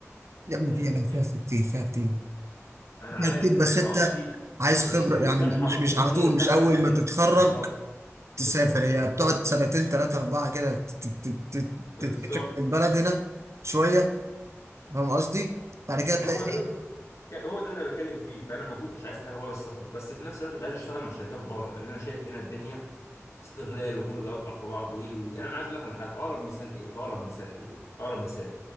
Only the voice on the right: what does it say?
يا ابني
فيها لا فيها في كتير فيها كتير
فيها كتير
بس
انت
عايز خبره
يعني
مش مش
على طول
مش اول
ما تتخرج
تسافر
هي
بتقعد سنتين ثلاثه اربعه كده تت- تت- تت-
تتكتشف في البلد هنا شويه فاهم قصدي؟ بعد كده تلاقي
ايه؟